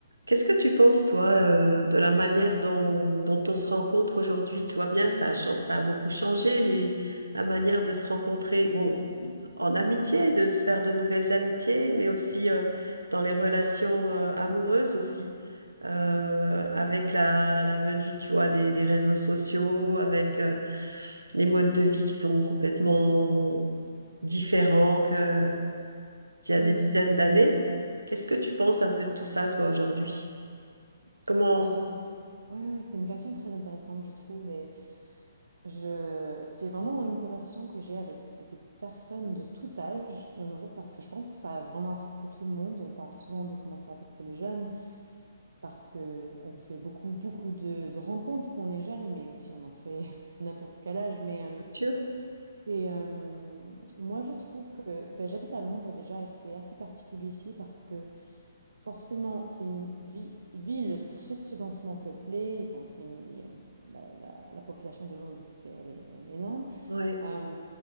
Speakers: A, on the right; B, on the right.
A: Qu'est-ce que tu penses, toi, euh, de la manière dont, dont on se rencontre aujourd'hui? Tu vois bien, ça a, chan- ça a beaucoup changé, les, la manière de se rencontrer, bon, en amitié, de se faire de nouvelles amitiés, mais aussi euh, dans les relations euh, amoureuses aussi, euh, avec la, la venue, tu vois, des, des réseaux sociaux, avec euh, les modes de vie qui sont complètement différents que, qu'il y a
B: Oui,
A: des dizaines d'années. Qu'est-ce que tu penses un peu de tout ça, toi, aujourd'hui? Comment...
B: c'est une question. Ouais, ouais, c'est une question très intéressante, je trouve. Et je, c'est vraiment une conversation que j'ai avec des personnes de tout âge de nos jours, parce que je pense que ça a vraiment affecté tout le monde. On parle souvent de comment ça a affecté les jeunes, parce que on fait beaucoup, beaucoup de, de rencontres qu'on est jeune, mais aussi on en fait <laughs> à n'importe quel âge. Mais euh,
A: Culture?
B: c'est, euh, moi, je trouve que, ben, j'habite à Londres déjà, et c'est assez particulier ici parce que Forcément, c'est une vi- ville très très densément peuplée. Bon, c'est une- il y a- la, la- la population de Londres, c'est, elle est, elle est énorme.
A: Ouais,
B: Euh,